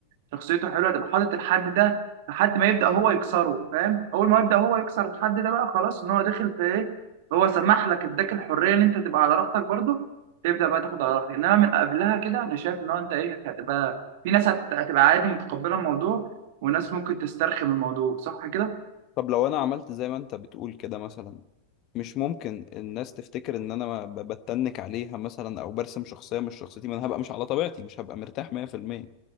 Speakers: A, on the right; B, on the left.
A: شخصيته حلوه تبقى حاطط الحد ده لحد ما يبدا هو يكسره فاهم اول ما يبدا هو يكسر الحد ده بقى خلاص ان هو داخل في ايه هو سمح لك اداك الحريه ان انت تبقى على راحتك برضه تبدا بقى تاخد على راحتك انما من قبلها كده انا شايف ان هو انت ايه هتبقى في ناس هت- هتبقى عادي متقبله الموضوع وناس ممكن تسترخي من الموضوع صح كده
B: طب لو أنا عملت زي ما أنت بتقول كده مثلا مش ممكن الناس تفتكر ان انا ب- بتنك عليها مثلا او برسم شخصيه مش شخصيتي ما انا هبقى مش على طبيعتي مش هبقى مرتاح 100%